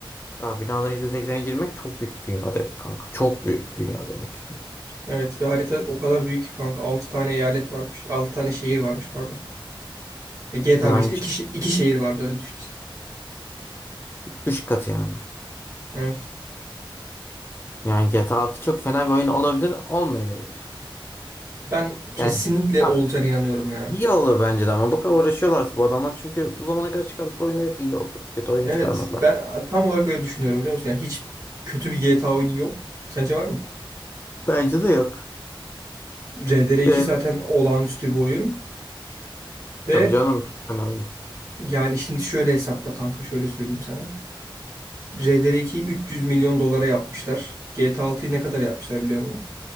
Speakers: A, on the left (about 25°); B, on the right (about 40°).
A: Ya binaların %80'e girmek çok büyük dünya demek kanka. Çok büyük dünya demek.
B: Evet ve harita o kadar büyük ki kanka. altı tane eyalet varmış. altı tane şehir varmış pardon. E, GTA
A: Yani
B: 5'te 2, iki şe- iki şehir vardı öyle düşün işte.
A: 3 katı yani.
B: Evet.
A: Yani GTA altı çok fena bir oyun olabilir, olmayabilir.
B: Ben kesinlikle
A: Yani, yani
B: olacağına inanıyorum ya.
A: iyi olur bence de ama bu kadar uğraşıyorlarsa bu adamlar çünkü bu zamana kadar çıkardıkları oyunda hep iyi oldu. Kötü oyun
B: Evet
A: çıkarmadılar.
B: ben tam olarak öyle düşünüyorum biliyor musun? Yani hiç kötü bir GTA oyunu yok. Sence var mı?
A: Bence de yok.
B: RDR2
A: Ee,
B: zaten olağanüstü bir oyun. Ve
A: tabii canım çok fena oyun.
B: Yani şimdi şöyle hesapla kanka şöyle söyleyeyim sana. RDR2'yi 300 milyon dolara yapmışlar. GTA 6'yı ne kadar yapmışlar biliyor musun?